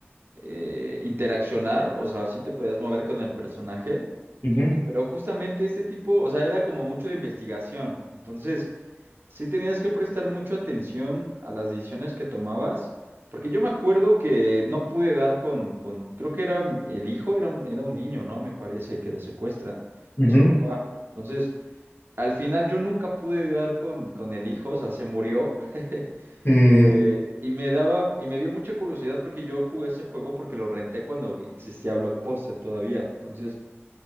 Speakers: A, on the right; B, on the left.
A: eh, interaccionar, o sea, sí te podías mover con el personaje,
B: ujú,
A: pero justamente este tipo, o sea, era como mucho de investigación, entonces... Sí tenías que prestar mucha atención a las decisiones que tomabas, porque yo me acuerdo que no pude dar con, con, creo que era el hijo, era un, era un niño, ¿no? Me parece, que le secuestran
B: ujú,
A: a su papá. Entonces, al final yo nunca pude dar con, con el hijo, o sea, se murió. <laughs>
B: mm,
A: Eh, y me daba, y me dio mucha curiosidad porque yo jugué ese juego porque lo renté cuando existía Blockbuster todavía. Entonces,